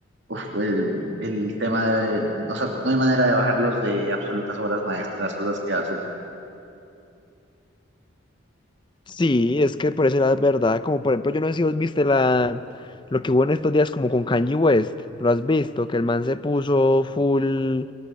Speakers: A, on the right; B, on the left.
A: uf, el, el tema de, o sea, no hay manera de bajarlos de absolutas obras maestras, las cosas que hacen.
B: Sí, es que por ese lado es verdad. Como por ejemplo, yo no sé si vos viste la, lo que hubo en estos días como con Kanye West. ¿Lo has visto? Que el man se puso full,